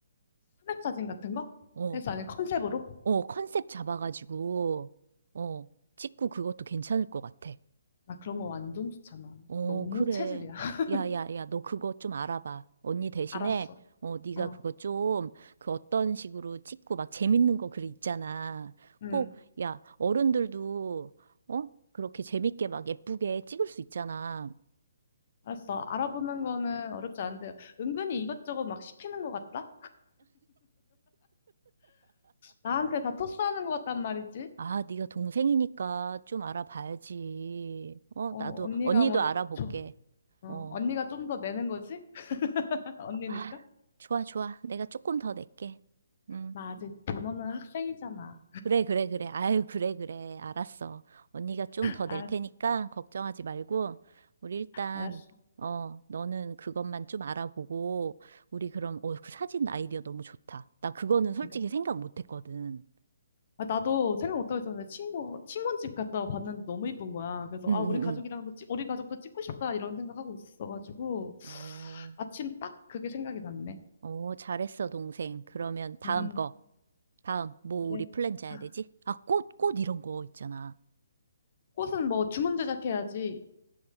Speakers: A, on the left (about 45°); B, on the right (about 65°).
A: 스냅 사진 같은 거?
B: 어,
A: 해서 아니 컨셉으로?
B: 어, 컨셉 잡아가지고 어, 찍고 그것도 괜찮을 것 같아.
A: 나 그런 거 완전 좋잖아.
B: 어,
A: 너무
B: 그래.
A: 체질이야. <laughs>
B: 야, 야, 야, 너 그거 좀 알아봐. 언니 대신에,
A: 알았어.
B: 어, 네가
A: 어.
B: 그거 좀, 그 어떤 식으로 찍고 막 재밌는 거 글 있잖아.
A: 응.
B: 꼭, 야, 어른들도, 어? 그렇게 재밌게 막 예쁘게 찍을 수 있잖아.
A: 알았어. 알아보는 거는 어렵지 않은데, 은근히 이것저것 막 시키는 것 같다? 나한테 다 토스하는 것 같단 말이지?
B: 아, 네가 동생이니까 좀 알아봐야지. 어,
A: 어,
B: 나도,
A: 언니가
B: 언니도
A: 뭐,
B: 알아볼게.
A: 줘. 어,
B: 어,
A: 언니가 좀 더 내는 거지? <laughs> 언니니까?
B: 아, 좋아, 좋아. 내가 조금 더 낼게. 응.
A: 나 아직 돈 없는 학생이잖아.
B: 그래, 그래, 그래. 아유, 그래, 그래. 알았어. 언니가 좀 더
A: 알았어,
B: 낼 테니까 걱정하지 말고, 우리 일단,
A: 알았어.
B: 어, 너는 그것만 좀 알아보고, 우리 그럼, 어, 그 사진 아이디어 너무 좋다. 나 그거는 솔직히
A: 그래.
B: 생각 못 했거든.
A: 아, 나도 생각 못하고 있었는데, 친구, 친구 집 갔다 봤는데 너무 이쁜 거야. 그래서,
B: 응,
A: 아,
B: 응,
A: 우리 가족이랑도,
B: 응.
A: 찍- 우리 가족도 찍고 싶다, 이런 생각하고 있어가지고,
B: 어,
A: 마침 딱 그게 생각이 났네.
B: 어, 잘했어, 동생. 그러면 다음
A: 음,
B: 거. 다음, 뭐,
A: 그래.
B: 우리 플랜 짜야
A: 아,
B: 되지? 아, 꽃, 꽃 이런 거 있잖아.
A: 꽃은 뭐 주문 제작해야지.